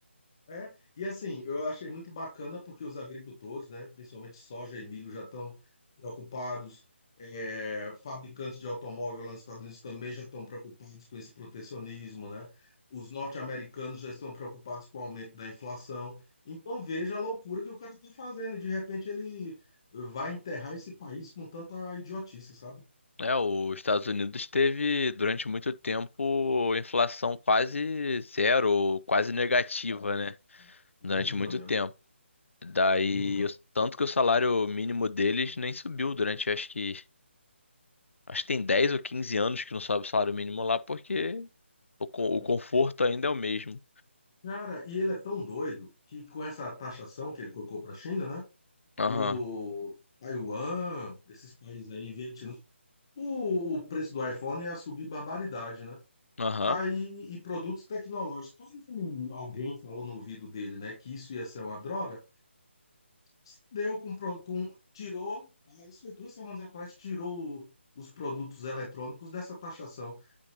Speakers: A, on the left; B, on the left.
A: É, e assim, eu achei muito bacana porque os agricultores, né, principalmente soja e milho, já estão preocupados. É, fabricantes de automóvel lá nos Estados Unidos também já estão preocupados com esse protecionismo, né? Os norte-americanos já estão preocupados com o aumento da inflação. Então veja a loucura que o cara está fazendo e de repente ele vai enterrar esse país com tanta idiotice, sabe?
B: É, os Estados Unidos teve durante muito tempo inflação quase zero, ou quase negativa,
A: É.
B: né?
A: Mínima
B: Durante muito
A: mesmo,
B: tempo. Daí,
A: mínima.
B: o- tanto que o salário mínimo deles nem subiu durante, acho que, acho que tem 10 ou 15 anos que não sobe o salário mínimo lá, porque o, co- o
A: né?
B: conforto ainda é o mesmo.
A: Cara, e ele é tão doido que com essa taxação que ele colocou para a China, né?
B: Aham,
A: o Taiwan, esses países aí, Vietnã, o, o preço do iPhone ia subir barbaridade, né?
B: aham.
A: Aí, e produtos tecnológicos. Quando alguém falou no ouvido dele, né, que isso ia ser uma droga, se deu com, pro- com tirou, ah, isso foi duas semanas atrás, tirou o- os produtos eletrônicos dessa taxação.